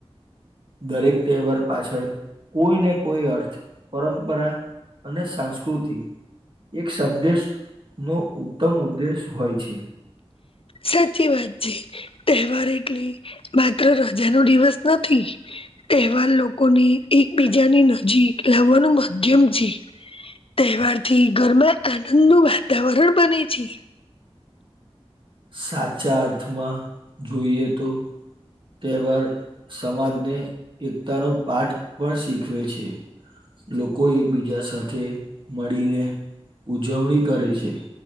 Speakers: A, on the right; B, on the left.
A: દરેક તહેવાર પાછળ કોઈ ને કોઈ અર્થ પરંપરા અને સંસ્કૃતિ એક સંદેશ નો ઉત્તમ ઉદ્દેશ હોય છે.
B: સાચી વાત છે, તહેવાર એટલે માત્ર રજા નો દિવસ નથી. તહેવાર લોકોને એકબીજાની નજીક લાવવાનું માધ્યમ છે. તહેવાર થી ઘરમાં આનંદ નું વાતાવરણ બને છે.
A: સાચા અર્થમાં જોઈએ તો તહેવાર સમાજને એકતાનો પાઠ પણ શીખવે છે. લોકો એકબીજા સાથે મળીને ઉજવણી કરે છે.